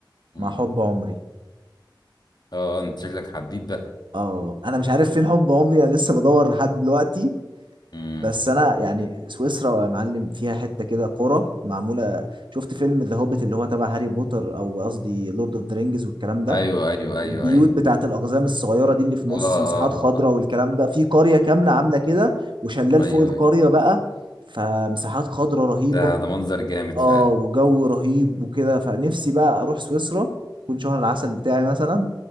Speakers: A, on the left (about 60°); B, on the right (about 75°).
A: أمم.
B: مع حب عمري
A: اه انت شكلك حبيب بقى
B: اه انا مش عارف فين حب عمري انا لسه بدور لحد دلوقتي
A: امم.
B: بس انا يعني سويسرا يا معلم فيها حته كده قرى معموله شفت فيلم ذا هوبيت اللي هو تبع هاري بوتر او قصدي لورد اوف ذا رينجز والكلام ده
A: ايوه ايوه ايوه
B: البيوت
A: ايوه
B: بتاعت الاقزام الصغيره دي اللي في نص
A: اه
B: مساحات خضراء
A: اه
B: والكلام ده في قريه كامله عامله كده وشلال
A: آه،
B: فوق
A: ايوه
B: القريه
A: ايوه
B: بقى فمساحات خضراء رهيبه
A: ده ده منظر جامد
B: اه
A: فعلا
B: وجو رهيب وكده فنفسي بقى اروح سويسرا يكون شهر العسل بتاعي مثلا